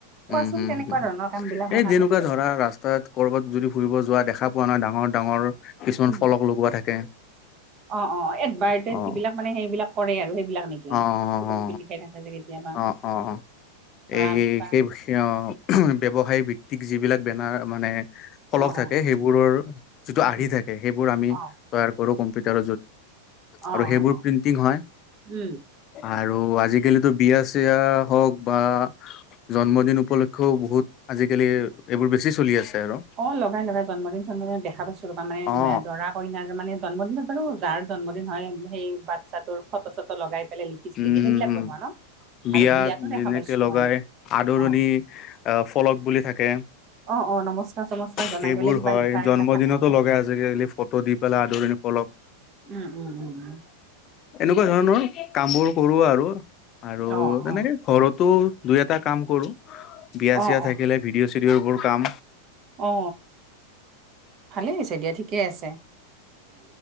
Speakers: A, on the right (about 35°); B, on the left (about 35°).
A: কোৱাচোন
B: উম, উম,
A: কেনেকুৱা
B: হুম।
A: ধৰণৰ কাম বিলাক হয়
B: এই
A: নাজানো
B: যেনেকুৱা
A: বাৰু
B: ধৰা, ৰাস্তাত কৰ'বাত যদি ফুৰিব যোৱা দেখা পোৱা ন, ডাঙৰ ডাঙৰ কিছুমান
A: উম
B: ফলক লগোৱা থাকে।
A: অ, অ, এডবাৰ্দেত
B: অ
A: যিবিলাক মানে সেইবিলাক কৰে, আৰু সেইবিলাক নেকি?
B: অ অ
A: কিবা-কিবি
B: অ
A: লিখে ন, আজি কেতিয়াবা।
B: অ অ অ
A: ধৰা
B: এই,
A: আমি কিবা
B: সেই, অ, ব্যৱসায় ভিত্তিক যিবিলাক বেনাৰ মানে ফলক
A: অ
B: থাকে
A: অ অ
B: সেইবোৰৰ যিটো
A: উম,
B: আৰ্হি থাকে সেইবোৰ আমি
A: অ
B: তৈয়াৰ কৰো কম্পিটাৰ
A: অ অ
B: আৰু সেইবোৰ
A: অ
B: প্ৰিন্টিং হয়।
A: উম
B: আৰু আজিকালিতো বিয়া চিয়া হওক বা জন্মদিন উপলক্ষেও বহুত আজিকালি এইবোৰ বেছি চলি আছে আৰু।
A: অ, লগাই লগাই জন্মদিন জন্মদিন দেখা পাইছো ৰবা মানে এ
B: অ
A: দৰা কইনাৰ মানে জন্মদিনত আৰু যাৰ জন্মদিন হয় সেই বাচ্ছাটোৰ ফটো চটো লগাই পেলাই লিখি চিখি
B: উম
A: দিয়ে
B: হম
A: সেইবিলাক
B: হম
A: বনোৱা ন
B: বিয়াত
A: আৰু বিয়াতো
B: যেনেকে
A: দেখা পাইছো
B: লগাই
A: মই
B: আদৰণি
A: অ
B: আহ ফলক বুলি থাকে।
A: অ, অ নমস্কাৰ-চমস্কাৰ জনাই
B: সেইবোৰ
A: গলে কিবা
B: হয়
A: লিখা
B: জন্মদিনতো
A: এইবিলাক থাকে নহয়।
B: লগাই আজিকালি ফটো দি পেলাই আদৰণিৰ ফলক।
A: উম উম উম উম
B: এনেকুৱা ধৰণৰ কামবোৰ কৰোঁ আৰু আৰু
A: অ
B: তেনেকে
A: অ
B: ঘৰতো দুই এটা কাম কৰোঁ বিয়া
A: অ
B: চিয়া থাকিলে
A: অ
B: ভিডিঅ' চিডিঅ'বোৰ কাম।
A: অ। ভালেই হৈছে দিয়া ঠিকেই আছে।